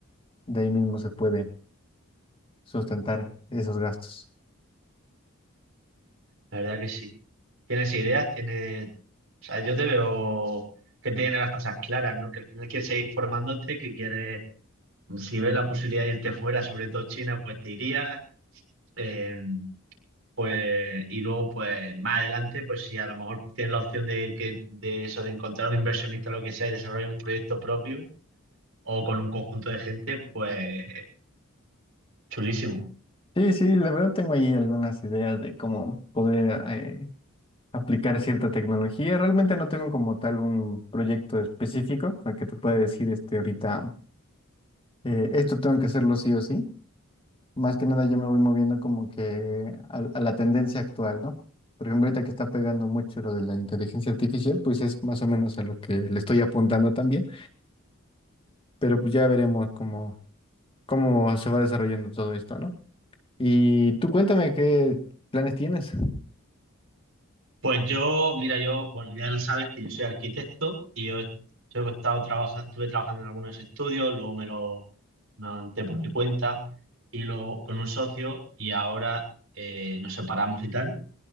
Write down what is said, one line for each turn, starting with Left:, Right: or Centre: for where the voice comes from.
Left: de ahí mismo se puede sustentar esos gastos.
Right: La verdad que sí. Tienes ideas, tienes... O sea, yo te veo que tienes las cosas claras, ¿no? Que al final quieres seguir formándote, que quieres... Si ves la posibilidad de irte fuera, sobre todo China, pues te irías. eh, pues, y luego, pues más adelante, pues si a lo mejor tienes la opción de, que, de eso, de encontrar un inversionista o lo que sea y desarrollar un proyecto propio o con un conjunto de gente, pues chulísimo.
Left: Sí, sí, la verdad tengo ahí algunas ideas de cómo poder eh, aplicar cierta tecnología. Realmente no tengo como tal un proyecto específico al que te pueda decir este ahorita, eh, esto tengo que hacerlo sí o sí Más que nada yo me voy moviendo como que a, a la tendencia actual, ¿no? Por ejemplo, ahorita que está pegando mucho lo de la inteligencia artificial, pues es más o menos a lo que le estoy apuntando también, pero pues ya veremos cómo, cómo se va desarrollando todo esto, ¿no? Y tú cuéntame qué planes tienes.
Right: Pues yo, mira, yo, bueno, ya lo sabes que yo soy arquitecto y yo, yo he estado trabajando, estuve trabajando en algunos estudios, luego me lo monté por mi cuenta y lo con un socio y ahora eh, nos separamos y tal.